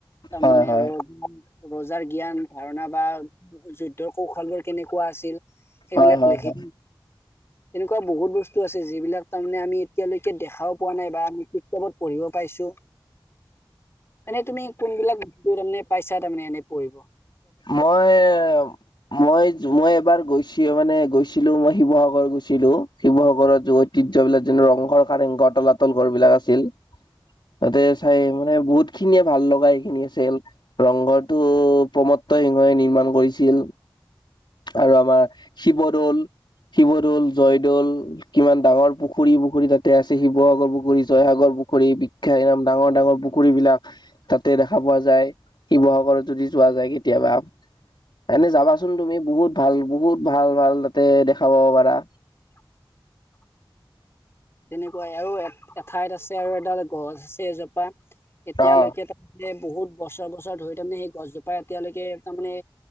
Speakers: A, on the left (about 30°); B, on the left (about 70°).
A: তাৰমানে
B: হয় হয়
A: ৰজ, ৰজাৰ জ্ঞান ধাৰণা বা যুদ্ধৰ কৌশলৰ কেনেকুৱা আছিল, সেইবিলাক
B: হয় হয়
A: লেখি
B: হয়
A: তেনেকুৱা বহুত বস্তু আছে, যিবিলাক তাৰমানে আমি এতিয়ালৈকে দেখাওঁ পোৱা নাই বা আমি <inaudible> এতিয়া মই পঢ়িব পাইছোঁ, এনেই তুমি কোনবিলাক তেওঁ তাৰমানে পাইছা, তাৰমানে এনে পৰিব।
B: মইয়ে মই মই এবাৰ গৈছোঁ। মানে গৈছিলো মই শিৱসাগৰ গৈছিলো শিৱসাগৰৰত য ঐতিহ্য বিলাক যে ৰংঘৰ কাৰেংগ বা টলাটল ঘৰ বিলাক আছিল। তাতে চাই মানে বহুত খিনিয়ে ভাল লগা এইখিনি আছিল। ৰংঘৰটো প্ৰমোদ নৰসিংহই নিৰ্মাণ কৰিছিল আৰু আমাৰ শিৱদৌল শিৱদৌল, জয়দৌল কিমান ডাঙৰ পুখুৰী পুখুৰী তাতে আছে, শিৱসাগৰ পুখুৰী জয়সাগৰ পুখুৰী বিখ্যাত ডাঙৰ ডাঙৰ পুখুৰী বিলাক তাতে দেখা পোৱা যায়। শিৱসাগৰত যদি যোৱা যায় কেতিয়াবা এনে যাবাচোন তুমি বহুত ভাল বহুত ভাল ভাল তাতে দেখাব পাৰা
A: <inaudible> তেনেকুৱাই আৰু এ এঠাইত আছে আৰু এডাল গছ আছে এজোপা এতিয়ালৈকে
B: অ',
A: তাত এ বহুত বছৰ বছৰ ধৰি তাৰমানে সেই গছজোপা এতিয়ালৈকে তাৰমানে